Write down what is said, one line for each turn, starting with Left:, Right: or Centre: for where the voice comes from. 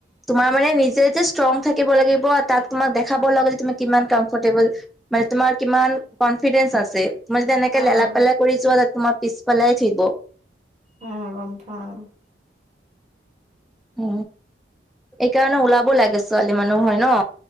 Centre: তোমাৰ মানে নিজে যে ষ্ট্ৰং থাকিব লাগিব। আৰু তাক তোমাক দেখাব লাগে যে তুমি কিমান কমফৰ্টেবল। মানে তোমাৰ কিমান কনফিডেঞ্চ আছে। তুমি যদি এনেকে
Right: অ'।
Centre: লেলা পেলাই কৰি যোৱা তোমাৰ পিছ পেলাই থইব।
Right: অ গম পাওঁ।
Centre: উ, এইকাৰণে ওলাব লাগে। ছোৱালী মানুহ হয় ন।